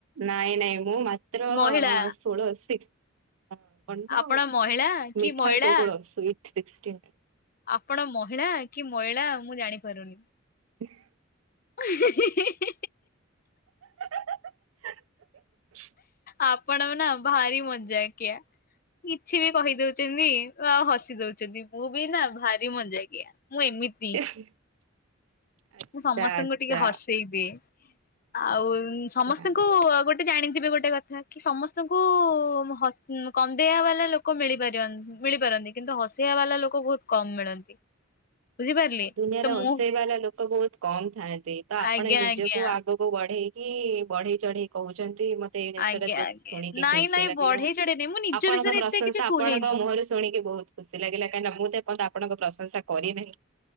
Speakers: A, on the right (about 80°); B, on the left (about 45°).
A: ନାଇଁ ନାଇଁ, ମୁଁ ମାତ୍ର
B: ମହିଳା।
A: ଷୋଳ ସିକସ୍। କଣ ତ
B: ଆପଣ ମହିଳା କି
A: ମିଠା
B: ମଇଳା
A: ଷୋହଳ ସ୍ଵିଟ୍ ସିକ୍ସଟିନ୍।
B: ଆପଣ ମହିଳା କି ମଇଳା ମୁଁ ଜାଣି ପାରୁନି?
A: <inaudible>
B: <unintelligible>
A: <unintelligible>
B: ଆପଣ ନା ଭାରି ମଜାକିଆ! କିଛି ବି କହି ଦଉଚନ୍ତି। ଆଉ ହସି ଦଉଛନ୍ତି। ମୁଁ ବି ନା ଭାରି ମଜା କିଆ। ମୁଁ ଏମିତ୍
A: <unintelligible>
B: ମୁଁ ସମସ୍ତଙ୍କୁ
A: ଆଚ୍ଛା
B: ଟିକେ ହସେଇ ଦିଏ। ଆଉଁ
A: ଆଚ୍ଛା।
B: ସମସ୍ତଙ୍କୁ ଗୋଟ୍ ଜାଣିଥିବେ ଗୋଟେ କଥା କି, ସମସ୍ତଙ୍କୁ ହସ୍ କନ୍ଦେଇ ବାଲା ଲୋକ୍ କୁ ମିଳିପା ମିଳିପାରନ୍ତି। କିନ୍ତୁ ହସେଇବା ବାଲା ଲୋକ ବହୁତ କମ୍ ମିଳନ୍ତି।
A: <inaudible>
B: ବୁଝିପାରିଲେ
A: ଦୁନିଆର
B: ତ
A: ହସେଇବାଲା
B: ମୁଁ
A: ଲୋକ ବହୁତ କମ୍ ଥାଆନ୍ତି। ତ ଆପଣ
B: ଆଜ୍ଞା
A: ନିଜକୁ
B: ଆଜ୍ଞା
A: ଆଗ୍ ଲୋକ ବଢେଇକି, ବଢେଇ ଚଢେଇି କହୁଛନ୍ତି ମତେ ଏଇ ଜିନିଷ
B: ଆଜ୍ଞା
A: ଟା
B: ଆଜ୍ଞା
A: ଶୁଣିକି
B: ନାଇଁ
A: ଖୁସି
B: ନାଇଁ
A: ଲାଗିଲା।
B: ବଢେଇ ଚଢେଇ ନାଇଁ ମୁଁ ନିଜ
A: ଆପଣଙ୍କ
B: ବିଷୟରେ
A: ପ୍ରଶଂସା
B: ଏତେ କିଛି କୁହେନି।
A: ଆପଣଙ୍କ ମୁହଁରୁ ଶୁ ଶୁଣିକି ବହୁତ ଖୁସି ଲାଗାଲା। କାହିଁକିନା ମୁଁ ତ ଏପଯନ୍ତ ଆପଣଙ୍କ ପ୍ରଶଂସା କରି ନାହିଁ।